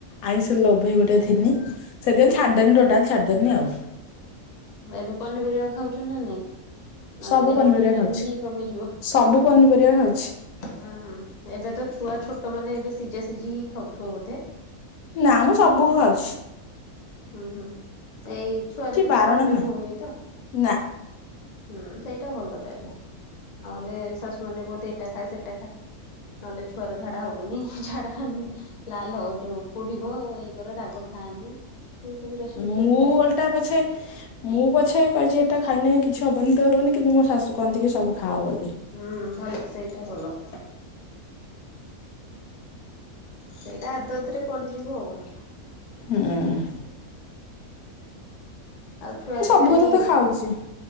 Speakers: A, on the left; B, on the left.
A: ଆଇଁଷ ଲୋଭେଇ ଗୋଟେ ଥିନି। ସେଥିଛାଡ଼ିଦେନି ଟୋଟାଲ୍ ଛାଡିଦେନି ଆଉ।
B: ଏବେ ପନିପରିବା ଖାଉଛ ନା ନାଇଁ? ନହେଲେ
A: ସବୁ
B: ଦେହରୁ
A: ପନିପରିବା
B: ଭିଟାମିନ୍
A: ଖାଉଛି
B: ହିଁ କମିଯିବ।
A: ସବୁ
B: ଉଁ
A: ପନିପରିବା ଖାଉଛି
B: ହୁଁ ଏବେ ତ ଛୁଆ ଛୋଟ ମାନେ ଏବେ ସିଝା ସିଝି ହିଁ ଖାଉଥିବ ବୋଧେ?
A: ନା ମୁଁ ସବୁ ଖାଉଛି।
B: ଉଁ ହୁଁ ଏଇ ଛୁଆର କିଛି
A: ବାରଣ
B: ପ୍ରୋବ୍ଲେମ୍
A: ନାହିଁ
B: ହଉନି ତ?
A: ନା
B: ହୁଁ ସେଇଟା ଭଲ ତାହେଲେ ନହେଲେ ଶାଶୁ ମାନେ କୁହନ୍ତି ଏଟା ଖା ସେଟା ଖା। ନହେଲେ ଛୁଆର ଝାଡା ହବନି ଝାଡା ହନି। ଲାଲ ହବ ଯୋଉ ପୋଡିବ ଇଏ କର ରାଗ ଖାଆନି। ସେ ସବୁ ରେଷ୍ଟ୍ରିକସନ
A: ମୁଁ
B: ଥାଏ
A: ଓଲଟା
B: ଆଉ।
A: ପଛେ। ମୁଁ ପଛେ କହିଛି ଏଇଟା ଖାଇନେ କିଛି ହବନି ତ ହବନି କିନ୍ତୁ ମୋ ଶାଶୁ କହନ୍ତି କି ସବୁ ଖାଆ ବୋଲି।
B: ହୁଁ ଭଲ ସେଇଟା ଭଲ। ସେଇଟା ଆଦତ୍ ରେ ପଡିଯିବ ଆଉ।
A: ହୁଁ।
B: ଆଉ ଛୁଆ
A: ସବୁ
B: ଏବେ ଖାଲି
A: କଥା ତ ଖାଉଛି